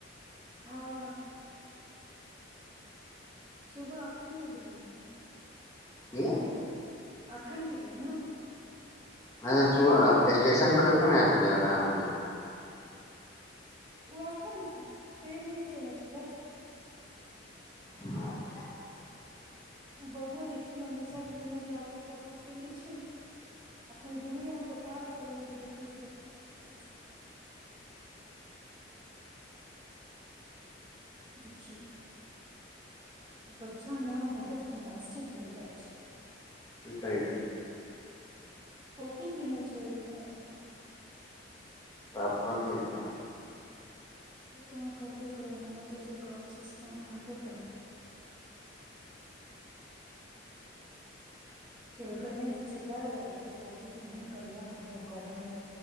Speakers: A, on the right; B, on the left.
A: हँ सुबह अखन न भेलै हँ
B: की नहि
A: अखन गेलै है ने
B: नहि
A: ट्रेन
B: सुबह
A: लेट
B: स्टेशन पर कखन आइल रही
A: ओ एखन ट्रेन देख लेने छलै
B: अच्छा,
A: बौआ देखियौ ने अमीषा के रूम मे जा कऽ पोटी कने छै अखन गेलिय तऽ पैर पर तऽ देखै छी तऽ पोटी कैल छै देखियो बच्चा ने बहुत घी नास्तिक भेल जाइ छै
B: की करै छी
A: पोटी कने छै रूम मे रूप म आइब कऽ
B: क दिय त
A: ओ तऽ हम करबे करबै हमूँ तऽ जे कह छी से तऽ हम करबे करबै खेलकै नहि किछो कयल आ देखियौ पोटी केहन करिया करिया कऽ रहल अइ